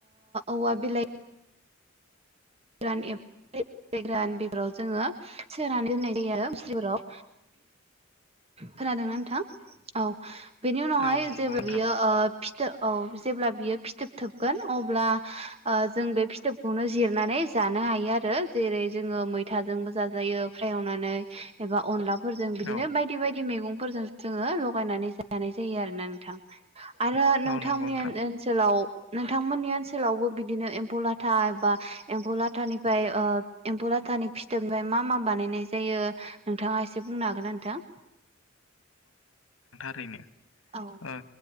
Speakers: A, on the right (about 30°); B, on the left (about 70°).
A: औवा बिलाइ जान ए ायग्रा उ बेफोराव जोङो सोनानै दोननाय जायो आरो मुस्रिफोराव खोनादोंना नोंथां औ बेनि उनावहाय
B: औ नंगौ
A: जेबो
B: नोंथां
A: बियो औ जेब्ला बियो फिथोब थोबगोन अब्ला जों बे फिथोबखौनो जिरनानै जानो हायो आरो जेरै जोङो मैथाजोंबो जाजायो फ्राय एवनानै एबा अनला फोरजों बिदिनो
B: औ
A: बायदि बायदि मैगंफोरजों जोङो लगायनानै जानाय जायो आरो ना नोंथां आरो नोंथांमोननि
B: औ नंगौ नोंथां
A: ओन ओनसोलाव नोंथांमोननि ओनसोलावबो बिदिनो एम्फौ लाथा एबा एम्फौ लाथानिफ्राय ओ एम्फौ लाथानि फिथोबनिफ्राय मा मा बानायनाय जायो नोंथाङा एसे बुंनो हागोना नोंथां
B: ओरैनो
A: औ
B: ओ